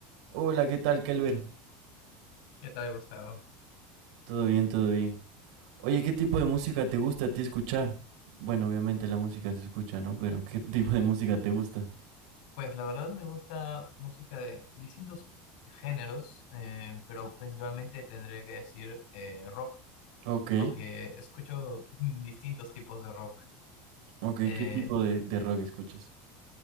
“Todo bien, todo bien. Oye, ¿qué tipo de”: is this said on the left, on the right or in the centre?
Right